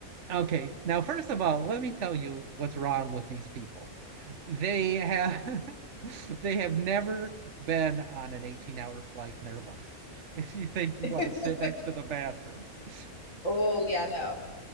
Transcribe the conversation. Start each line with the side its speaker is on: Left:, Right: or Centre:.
Right: Okay, now first of all, let me tell you what's wrong with these people. They have <laughs> they have never been on an 18-hour flight in their life. <laughs> If you think you
Left: <laughs>
Right: want to sit next to the bathroom. <laughs>
Left: oh, yeah, no.